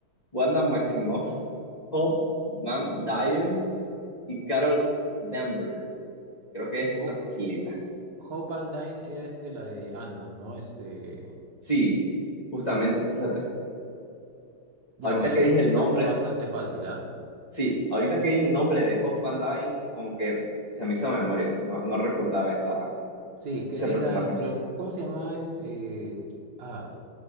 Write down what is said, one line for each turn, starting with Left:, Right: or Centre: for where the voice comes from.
Left: Wanda Maximoff, Hope Van Dyne y Carol Danvers Creo que esta
Right: Hope,
Left: está facilita.
Right: Hope Van Dyne era este, la de Ant-Man, ¿no? Este.
Left: Sí, justamente, fíjate.
Right: Ya,
Left: Ahorita
Right: bueno,
Left: que
Right: creo
Left: dije
Right: que
Left: el
Right: esa
Left: nombre,
Right: está bastante fácil, ¿ah?
Left: sí, ahorita que dije el nombre de Hope Van Dyne, como que se me hizo memoria. No, no recordaba esa,
Right: Sí, que
Left: ese personaje
Right: es la de, pero, ¿cómo se llama este? Ah,